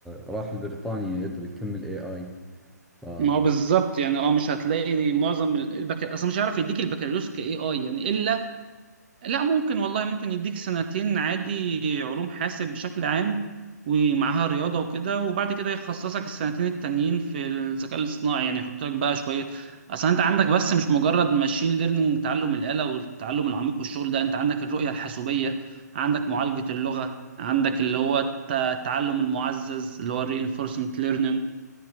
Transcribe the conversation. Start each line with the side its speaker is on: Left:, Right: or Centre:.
Centre: راح لبريطانيا يدري يكمل اي اي ف
Right: ما هو بالظبط يعني اه مش هتلاقي معظم ال- البك... اصلا مش هيعرف يديك البكالوريوس كاي اي يعني الا لا ممكن والله ممكن يديك سنتين عادي علوم حاسب بشكل عام ومعاها رياضة وكده وبعد كده يخصصك السنتين التانيين في الذكاء الاصطناعي يعني يحط لك بقى شوية أصل أنت عندك بس مش مجرد ماشين ليرنينج تعلم الآلة والتعلم العميق والشغل ده أنت عندك الرؤية الحاسوبية عندك معالجة اللغة عندك اللي هو الت- التعلم المعزز اللي هو الرينفورسمنت learning